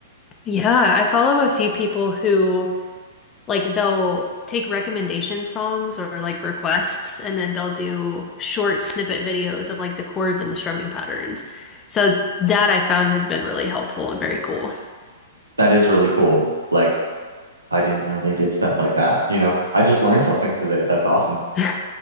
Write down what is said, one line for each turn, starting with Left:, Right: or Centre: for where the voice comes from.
Left: Yeah, I follow a few people who like they'll take recommendation songs or like requests and then they'll do short snippet videos of like the chords and the strumming patterns. So that I found has been really helpful and very cool.
Right: That is really cool. Like I didn't know they did stuff like that. You know, I just learned something today. That's awesome.
Left: <laughs>